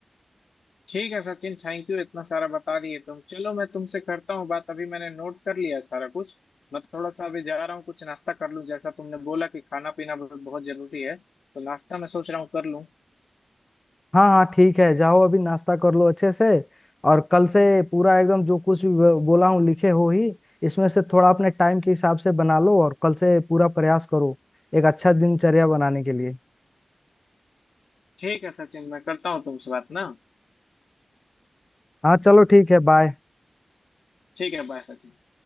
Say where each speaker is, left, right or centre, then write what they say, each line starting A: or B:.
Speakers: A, on the left; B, on the left.
A: ठीक है सचिन थैंक यू इतना सारा बता दिए तुम चलो मैं तुमसे करता हूँ बात अभी मैंने नोट कर लिया है सारा कुछ मैं थोड़ा सा अभी जा रहा हूँ कुछ नाश्ता कर लूँ जैसा तुमने बोला कि खाना पीना बहुत बहुत जरूरी है तो नाश्ता मैं सोच रहा हूँ कर लूँ
B: हाँ हाँ ठीक है जाओ अभी नाश्ता कर लो अच्छे से और कल से पूरा एकदम जो कुछ भी ब- बोला हूँ लिखे हो ही इसमें से थोड़ा अपने टाइम के हिसाब से बना लो और कल से पूरा प्रयास करो एक अच्छा दिनचर्या बनाने के लिए
A: ठीक है सचिन मैं करता हूँ तुमसे बात ना
B: हाँ चलो ठीक है बाय
A: ठीक है बाय सचिन